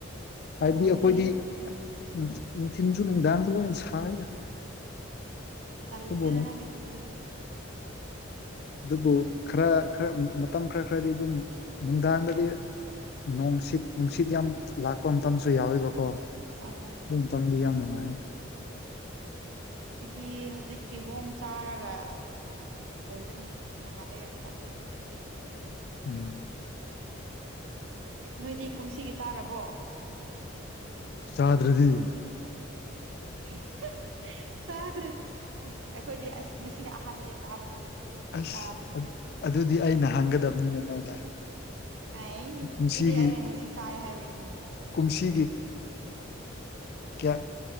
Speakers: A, on the left (about 50°); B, on the right (about 70°).
A: ꯍꯥꯏꯕꯗꯤ
B: ꯑꯣ
A: ꯑꯩꯈꯣꯏꯗꯤ
B: ꯅꯨꯡꯊꯤꯅꯁꯨ
A: ꯅꯨꯡ ꯅꯨꯡꯇꯤꯟꯁꯨ ꯅꯨꯡꯗꯥꯥꯡꯁꯨ ꯂꯣꯏꯅ ꯁꯥꯏꯗ
B: ꯇꯜꯂꯦꯗ
A: ꯑꯗꯨꯕꯨ
B: ꯅꯪꯒꯤꯗꯨꯗꯤ ꯑꯗꯨꯗꯤ
A: ꯑꯗꯨꯕꯨ ꯈꯔ ꯈꯔ ꯃꯇꯝ ꯈꯔ ꯈꯔꯗꯤ ꯑꯗꯨꯝ ꯅꯨꯡꯗꯥꯡꯗꯗꯤ ꯅꯨꯡꯁꯤꯠ ꯅꯨꯡꯁꯤꯠ ꯌꯥꯝ ꯂꯥꯛꯄ ꯃꯇꯝꯁꯨ ꯌꯥꯎꯌꯦꯕꯀꯣ
B: ꯑꯣ
A: ꯑꯗꯨ ꯃꯇꯝꯗꯤ ꯌꯥꯝꯅ ꯅꯨꯡꯉꯥꯢꯌꯦ
B: ꯑꯩꯈꯣꯢꯗꯤ ꯍꯧꯖꯤꯛ ꯀꯤꯍꯣꯝ ꯆꯥꯔꯒ ꯂꯩꯕꯅꯦ ꯅꯍꯥꯟ ꯂꯩꯔꯛꯄ
A: ꯎꯝ
B: ꯅꯣꯏꯗꯤ ꯀꯨꯝꯁꯤꯒꯤ ꯆꯥꯔꯕꯣ
A: ꯆꯥꯗ꯭ꯔꯗꯤ
B: <unintelligible> ꯆꯥꯗ꯭ꯔꯗꯤ ꯏꯁ ꯑꯩꯈꯣꯏꯗꯤ ꯑꯁ ꯉꯁꯤꯅ ꯑꯍꯥꯟꯕꯅꯦ ꯆꯥꯕꯗꯣ
A: ꯑꯁ
B: ꯆꯥꯗ꯭ꯔꯤ
A: ꯑꯗꯨ ꯑꯗꯨꯗꯤ ꯑꯩꯅ ꯍꯪꯒꯗꯕꯅꯤꯅꯦ ꯅꯣꯏꯗ
B: ꯑꯥꯢ
A: ꯀꯨꯝꯁꯤꯒꯤ
B: ꯑꯗꯨꯗꯤ ꯑꯩꯅ ꯉꯁꯤ ꯆꯥꯏ ꯍꯥꯏꯕꯒꯤꯅꯦ
A: ꯀꯨꯝꯁꯤꯒꯤ ꯀꯌꯥ